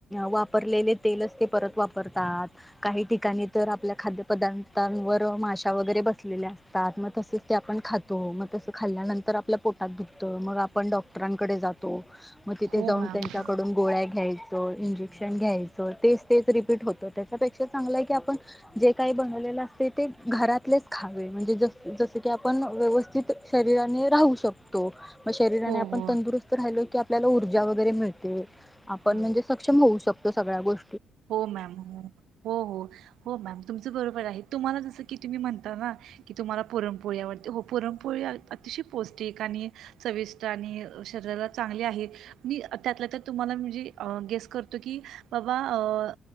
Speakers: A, in the centre; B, on the right.
A: वापरलेले तेल असते. परत वापरतात, काही ठिकाणी तर आपल्या खाद्यपदार्थांवर माशा वगैरे बसलेल्या <unintelligible> तसेच ते आपण, खातो मग तसं खाल्ल्यानंतर आपल्या पोटात दुख त मग आपण, डॉक्टरांकडे जातो. म तिथे
B: हो
A: जाऊन,
B: मॅम
A: त्यांच्याकडून
B: हा
A: गोळ्या घ्याय इंजेक्शन, घ्यायचं तेच तेच रिपीट होत त्याच्यापेक्षा चांगलंय की आपण जे काही बनवलेलं असते ते घरातलेच खावे. म्हणजे ज जस की आपण व्यवस्थित शरीराने राहू शकतो. मग शरीराने,
B: हो
A: आपण
B: हो
A: तंदरुस्त राहिलो की आप आपल्याला, ऊर्जा वगैरे मिळते. आपण,
B: हा
A: म्हणजे सक्षम होऊ शक तो सगळ्या गोष
B: हो मॅम हो हो हो मॅम तुमच बरोबर आहे. तुम्हाला जसं की तुम्ही म्हणता ना की तुम्हाला पुरणपोळी आवडते, हो पुरणपोळी अतिशय पौष्टिक आणि चविष्ट आणि शरीराला चांगली आहे, मी त्यातला त्यात तुम्हाला म्हणजे गेस करतो की बाबा अ